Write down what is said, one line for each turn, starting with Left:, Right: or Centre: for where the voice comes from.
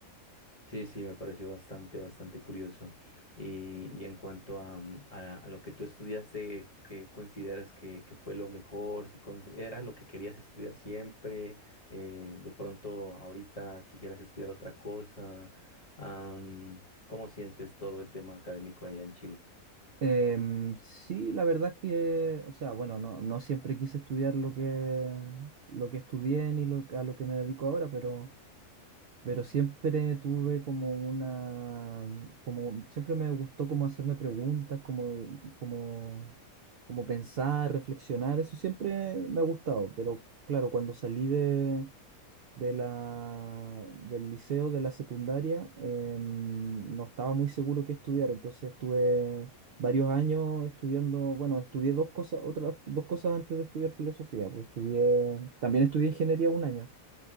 Left: Sí, sí, me pareció bastante, bastante curioso. Y, y en cuanto a, mm, a, a lo que tú estudiaste, ¿qué consideras que, que fue lo mejor? Si consi- era lo que querías estudiar siempre, eh, de pronto ahorita quisieras estudiar otra cosa. Am, ¿cómo sientes todo el tema académico allá en Chile?
Right: Em, sí, la verdad es que, o sea, bueno, no, no siempre quise estudiar lo que, lo que estudié ni lo, a lo que me dedico ahora, pero, pero siempre tuve como una, como, siempre me gustó como hacerme preguntas, como, como, como pensar, reflexionar, eso siempre me ha gustado, pero claro, cuando salí de, de la, del liceo, de la secundaria, em, no estaba muy seguro qué estudiar, entonces estuve varios años estudiando, bueno, estudié dos cosas, otras dos cosas antes de estudiar filosofía, pues estudié, también estudié ingeniería un año,